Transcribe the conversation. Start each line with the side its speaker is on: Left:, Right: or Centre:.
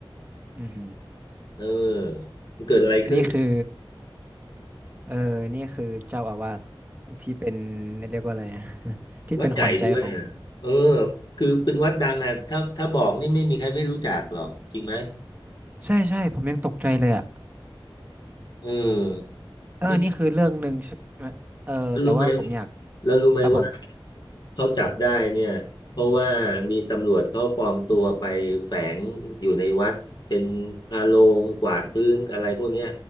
Right: ออือหือ
Left: เออมันเกิดอะไรขึ้น
Right: อันนี้คือ เออนี่คือเจ้าอาวาสที่เป็น <laughs> เรียกว่าอะไรอะ <laughs> ที่เป็นขวัญใจของ
Left: วัดใหญ่ด้วยอ่ะเออคือเป็นวัดดังอ่ะถ้าถ้าบอกนี่ไม่มีใครไม่รู้จักหรอกจริงไหม
Right: ใช่ใช่ผมยังตกใจเลยอ่ะ
Left: เออ
Right: เออนี่คือเรื่องหนึ่งใช่ไหมเออแต่ว่าผมอยาก
Left: นี่รู้ไหม แล้วรู้ไหมว่า
Right: ครับผม
Left: เขาจับได้เนี่ยเพราะว่ามีตำรวจเขาปลอมตัวไปแฝงอยู่ในวัดเป็นพาโลงกวาดพื้นอะไรพวกเนี้ย